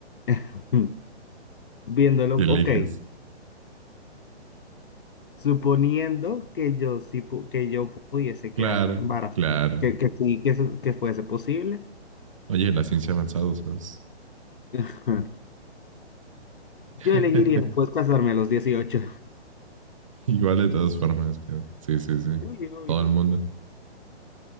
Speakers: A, on the left (about 50°); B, on the right (about 30°).
A: <laughs> viéndolo,
B: ¿Qué eliges?
A: ok. Suponiendo que yo sí pu- que yo pudiese
B: Claro,
A: quedarme embarazada,
B: claro.
A: que, que sí, que, eso- que fuese posible,
B: Oye, la ciencia ha avanzado, ¿sabes?
A: <laughs> yo
B: <laughs>
A: elegiría pues casarme a los dieciocho
B: Igual de todas formas, que- sí, sí, sí.
A: Sí, obvio.
B: Todo el mundo.